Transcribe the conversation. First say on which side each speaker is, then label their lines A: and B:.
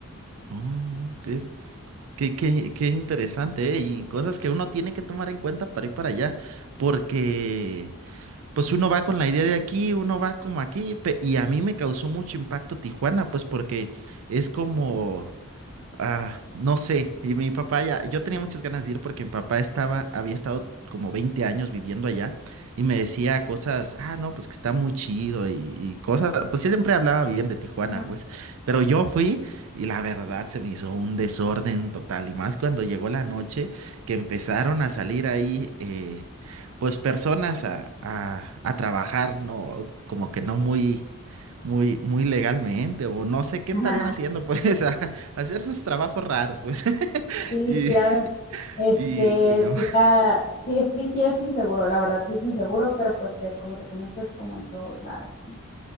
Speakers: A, on the right (about 70°); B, on the left (about 35°).
A: Oh, qué, qué, qué- qué interesante, ¿eh? Y cosas que uno tiene que tomar en cuenta para ir para allá, porque pues uno va con la idea de aquí, uno va como aquí, pe- y a mí me causó mucho impacto Tijuana, pues porque es como... Ah, no sé, y mi papá ya, yo tenía muchas ganas de ir porque mi papá estaba, había estado como 20 años viviendo allá y me decía cosas, ah, no, pues que está muy chido y, y cosas, pues yo siempre hablaba bien de Tijuana,
B: Ajá.
A: pues, pero yo fui y la verdad se me hizo un desorden total y más cuando llegó la noche que empezaron a salir ahí, eh, pues personas a, a, a trabajar, no, como que no muy... Muy, muy legalmente, o no sé qué
B: <laughs>
A: estarían haciendo, pues, <laughs> hacer sus trabajos raros, pues. <laughs>
B: Sí,
A: Y,
B: claro. Este,
A: y, y no.
B: sí está, sí, sí, sí es inseguro, la verdad, sí es inseguro, pero pues te- como te comento, es como en todos lados, ¿no?